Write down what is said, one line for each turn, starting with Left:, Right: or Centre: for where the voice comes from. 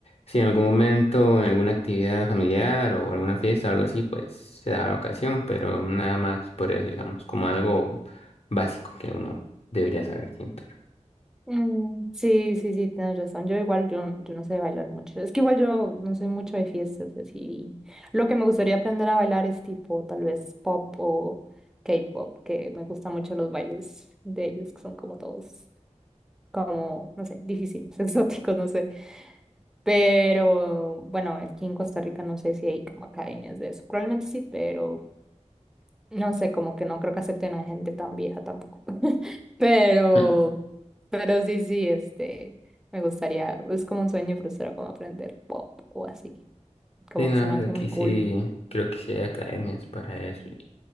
Left: si en algún momento, en alguna actividad familiar o alguna fiesta o algo así, pues se da la ocasión, pero nada más por eso, digamos, como algo básico que uno debería saber siempre.
Centre: Mm, sí, sí, sí, tienes razón. Yo igual, yo, yo no sé bailar mucho. Es que igual yo no soy mucho de fiestas y así. Lo que me gustaría aprender a bailar es tipo tal vez pop o K-pop, que me gustan mucho los bailes de ellos, que son como todos, como, no sé, difíciles, <laughs> exóticos, no sé. Pero bueno, aquí en Costa Rica no sé si hay como academias de eso. Probablemente sí, pero no sé, como que no creo que acepten a gente tan vieja tampoco. <laughs> Pero,
Left: Mm.
Centre: pero sí, sí, este, me gustaría, es como un sueño frustrado como aprender pop o así, como
Left: Sí, no,
Centre: que se me hace
Left: aquí
Centre: muy cool.
Left: sí, creo que sí hay academias para eso. y